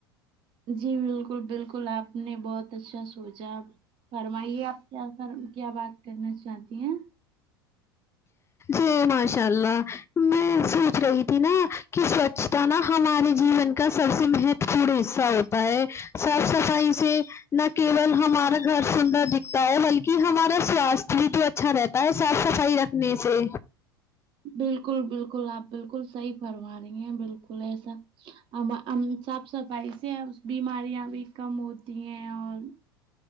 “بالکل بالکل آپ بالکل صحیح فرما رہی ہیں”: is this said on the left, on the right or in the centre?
Right